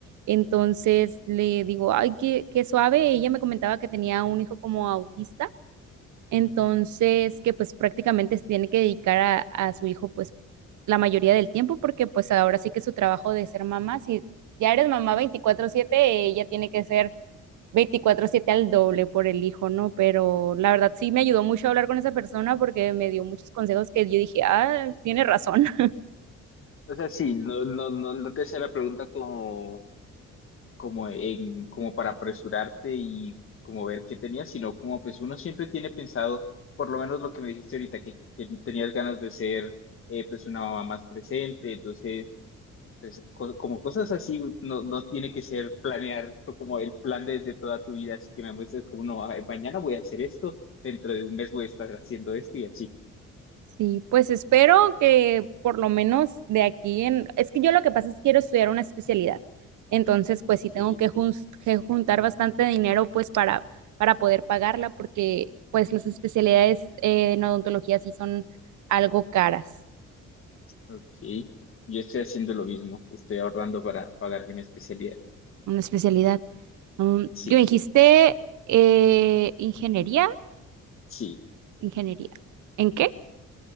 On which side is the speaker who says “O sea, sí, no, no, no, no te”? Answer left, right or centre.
Left